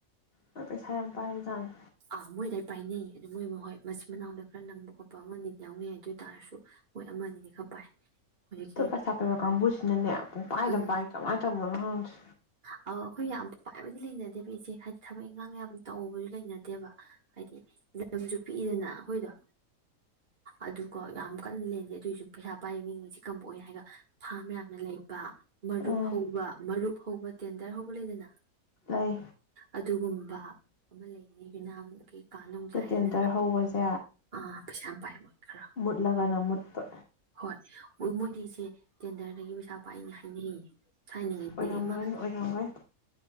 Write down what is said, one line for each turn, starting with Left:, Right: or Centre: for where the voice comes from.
Left: ꯃꯣꯏ ꯄꯩꯁꯥ ꯌꯥꯝ ꯄꯥꯏꯕ ꯖꯥꯅꯤ
Right: ꯑꯥ ꯃꯣꯏꯗꯥꯏ ꯄꯥꯏꯅꯩꯌꯦ ꯑꯗꯨ ꯃꯣꯏ ꯃꯥ ꯍꯣꯏ ꯃꯆꯤꯟ ꯃꯅꯥꯎꯗ ꯈꯔ ꯅꯪꯕ ꯈꯣꯠꯄ ꯑꯃꯅꯤ ꯌꯥꯎꯅꯩ ꯑꯗꯨ ꯑꯣꯏ ꯇꯥꯔꯁꯨ ꯃꯣꯏ ꯑꯃꯅꯤꯗꯤ ꯈꯔ ꯄꯥꯏ ꯍꯧꯖꯤꯛꯀꯤ
Left: ꯇꯣ ꯄꯩꯁꯥ ꯄꯥꯏꯕ ꯀꯥꯡꯕꯨꯁꯤꯅꯅꯦ ꯄꯨꯡ ꯄꯥꯏꯗ
Right: ꯎꯝ
Left: ꯄꯥꯏ ꯀꯃꯥꯏꯅ ꯇꯧꯕꯅ ꯈꯪꯗꯦ
Right: ꯑ ꯑꯩꯈꯣꯏ ꯌꯥꯝ ꯄꯥꯏꯕꯗꯤ ꯂꯩꯅꯗꯦꯕ ꯏꯆꯦ ꯍꯥꯏꯗꯤ ꯊꯕꯛ ꯏꯪꯈꯥꯡ ꯌꯥꯝ ꯇꯧꯕꯁꯨ ꯂꯩꯅ ꯅꯠꯇꯦꯕ ꯍꯥꯏꯗꯤ ꯂꯝꯁꯨ ꯄꯤꯛꯏꯗꯅ ꯑꯩꯈꯣꯏꯗꯣ ꯑꯗꯨꯒ ꯌꯥꯝ ꯀꯟꯅ ꯂꯩꯅꯟꯗꯦ ꯑꯗꯨꯏꯁꯨ ꯄꯩꯁꯥ ꯄꯥꯏ ꯃꯤꯁꯤ ꯀꯝꯕ ꯑꯣꯏ ꯍꯥꯏꯔꯒ ꯐꯥꯝ ꯌꯥꯝꯅ ꯂꯩꯕ ꯃꯔꯨꯞ
Left: ꯎꯝ
Right: ꯍꯧꯕ ꯃꯔꯨꯞ ꯍꯧꯕ ꯇꯦꯟꯗꯔ ꯍꯧꯕ ꯂꯩꯗꯅ
Left: ꯂꯩ
Right: ꯑꯗꯨꯒꯨꯝꯕ ꯑꯃ ꯂꯩꯅꯤ ꯅꯥꯝꯒꯤ ꯀꯥ ꯅꯣꯡꯖꯥꯏ
Left: ꯑꯗꯨ ꯇꯦꯟꯗꯔ
Right: ꯑꯅ
Left: ꯍꯧꯕꯁꯦ
Right: ꯑꯥ ꯄꯩꯁꯥ ꯌꯥꯝ ꯄꯥꯏ ꯃꯣꯏ ꯈꯔ
Left: ꯃꯨꯠꯂꯒꯅ ꯃꯨꯠꯄ
Right: ꯍꯣꯏ ꯃꯣꯏ ꯃꯣꯏꯗꯤ ꯏ ꯇꯦꯟꯗꯔꯗꯒꯤ ꯄꯩꯁꯥ ꯄꯥꯏꯅꯤ ꯍꯥꯏꯅ ꯍꯥꯏꯅꯤꯡꯉꯥꯏꯅꯤ
Left: ꯑꯣꯏꯔꯝꯒꯅꯤ
Right: ꯑꯃ
Left: ꯑꯣꯏꯔꯝꯒꯅꯤ